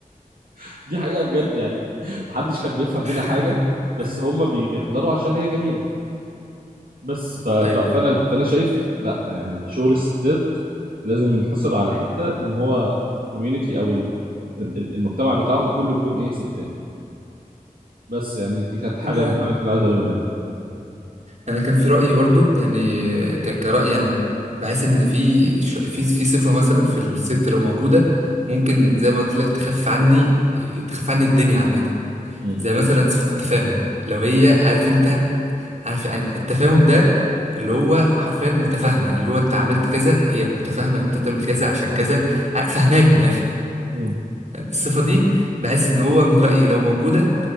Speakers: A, on the right; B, on the right.
A: <laughs> دي حقيقه بجد يعني محدش كان بيفهم
B: <laughs>
A: منها حاجه بس هم بي- بيحضروا عشان هي جميله بس ف... ف...
B: ايوه
A: فانا فانا شايف لا يعني شغل الستات لازم ينحصر على حته ان هو الكوميونتي او ال... ال- المجتمع بتاعهم كله يكون ايه ستات بس يعني دي كانت حاجه
B: ايوه
A: من الحاجات اللي عايز اقولها يعني
B: انا كان في رايي برضو يعني ك- كرايي انا بحس ان في ش- في في صفه مثلا في الست لو موجوده ممكن زي ما قلت لك تخف عني تخف عني الدنيا عامه
A: مم.
B: زي مثلا صفه التفاهم لو هي عارف انت عارف يعني التفاهم ده اللي هو حرفيا متفاهمه اللي هو انت عملت كذا هي متفاهمه ان انت بتعمل كذا عشان كذا ع- فاهماك من الاخر
A: مم.
B: الصفه دي بحس ان هو من رايي لو موجوده